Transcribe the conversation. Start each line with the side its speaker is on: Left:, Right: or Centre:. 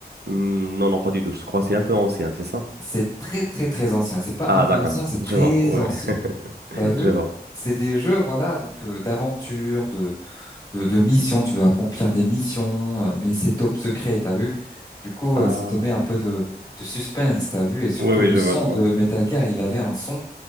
Right: Hmm, non, non, pas du tout. Je crois que c'est un peu ancien, c'est ça?
Left: C'est très, très, très ancien. C'est pas
Right: Ah,
Left: un peu
Right: d'accord.
Left: ancien, c'est
Right: Je
Left: très
Right: vois. Oui.
Left: ancien.
Right: <laughs>
Left: T'as vu?
Right: Je vois.
Left: C'est des jeux, voilà, donc euh, d'aventure, de de, de missions, tu dois accomplir des missions, euh, mais c'est top secret, t'as vu? Du coup,
Right: Ah.
Left: euh, ça te met un peu de, de suspense, t'as vu? Et surtout,
Right: Oui, oui,
Left: le
Right: je
Left: son
Right: vois, je vois.
Left: de Metal Gear, il avait un son,